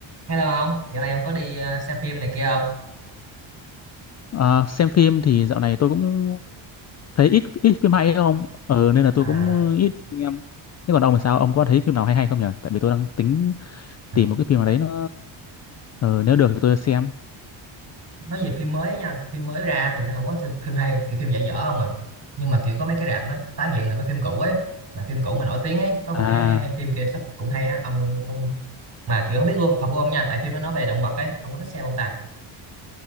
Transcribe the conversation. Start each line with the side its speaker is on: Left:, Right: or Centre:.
Right: Hello ông, dạo này ông có đi ờ, xem phim này kia không?
Left: À, xem phim thì dạo này tôi cũng thấy ít ít phim hay không? Ờ nên là tôi
Right: À,
Left: cũng ít xem. Thế còn ông thì sao? Ông có thấy phim nào hay hay không nhỉ? Tại vì tôi đang tính
Right: à,
Left: tìm một cái phim nào đấy nó ờ, nếu được thì tôi xem.
Right: nói về phim mới nha, phim mới ra thì nó không có phim hay, kiểu phim dở dở không à. Nhưng mà kiểu có mấy cái rạp nó tái hiện lại mấy phim cũ ấy, mà phim cũ mà nổi tiếng ấy, có một
Left: À,
Right: cái phim kia sắp cũng hay á, ông cũng mà kiểu không biết luôn, học của ông nha, tại phim nó nói về động vật ấy, ông có thích xem không ta?